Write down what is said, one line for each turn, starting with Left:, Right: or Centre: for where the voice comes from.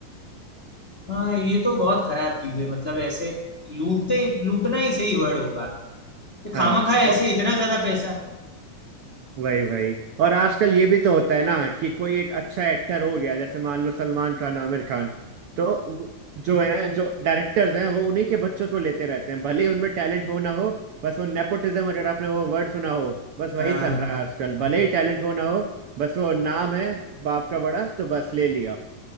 Left: हाँ ये तो बहुत खराब चीज है मतलब ऐसे लूटते लूटना ही सही वर्ड होगा कि खामा
Right: हाँ
Left: खा ऐसे
Right: और
Left: इतना ज्यादा पैसा
Right: वही वही और आजकल ये भी तो होता है ना कि कोई एक अच्छा एक्टर हो गया जैसे मान लो सलमान खान आमिर खान तो वो- जो है जो डायरेक्टर्स हैं वो उन्हीं के बच्चों को लेते रहते हैं भले ही उनमें टैलेंट हो ना हो बस वो नेपोटिज्म अगर आपने वो वर्ड सुना हो बस वही
Left: हाँ
Right: चल
Left: हाँ
Right: रहा है आजकल भले
Left: हाँ,
Right: ही टैलेंट हो ना हो बस वो नाम है बाप का बड़ा तो बस ले लिया